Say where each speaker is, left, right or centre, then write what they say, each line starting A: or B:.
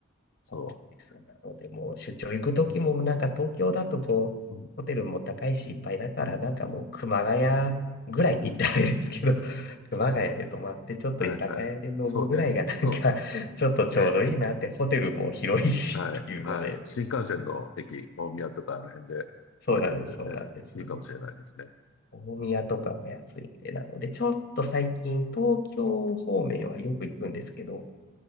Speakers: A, on the left; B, on the left.
A: そ
B: そうなんです。なので、もう出張行くときも、なんか東京だとこう、
A: う。うん、
B: ホテルも高いしいっぱいだから、
A: うん、
B: なんかもう熊谷ぐらいって言ったらあれですけど、
A: うん。
B: <laughs> 熊谷で泊まってちょっと居酒屋で飲むぐらいがなんか
A: はいはい。そうね。そうね。
B: <laughs> ちょっとちょうどいいなって、
A: ええ
B: ホテルも広いしっていうので、
A: はい、はい。新幹線の駅、大宮とかあの辺で降りても全然いいかもしれないですね。
B: そうなんです、そうなんです。大宮とかも安いんで、なので、ちょっと最近東京方面はよく行くんですけど、